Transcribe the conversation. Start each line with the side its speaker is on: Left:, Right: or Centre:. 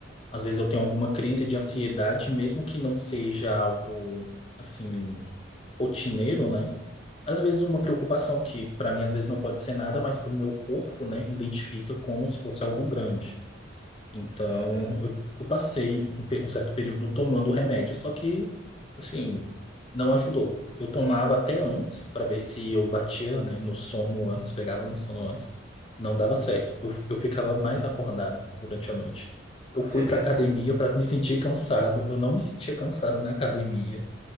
Left: às vezes eu tenho alguma crise de ansiedade, mesmo que não seja algo assim rotineiro, né? Às vezes uma preocupação que para mim às vezes não pode ser nada, mas para o meu corpo, né, identifica como se fosse algo grande. Então
Right: Aham.
Left: eu, eu passei um, pe- um certo período tomando o remédio, só que assim não ajudou. Eu tomava até antes para ver se eu batia, né, no sono antes, pegava no sono antes, não dava certo. Eu, eu ficava mais acordado durante a noite. Eu fui
Right: É
Left: para
Right: mesmo.
Left: academia para me sentir cansado. Eu não me sentia cansado na academia.